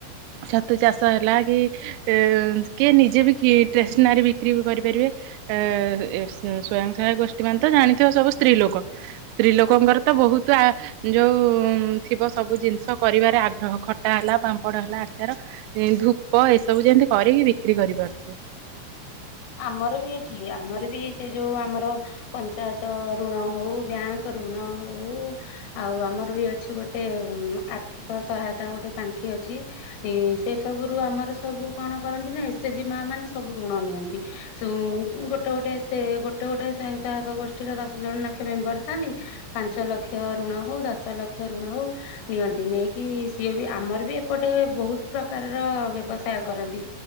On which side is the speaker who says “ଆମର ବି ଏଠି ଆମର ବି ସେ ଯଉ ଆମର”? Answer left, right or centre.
Left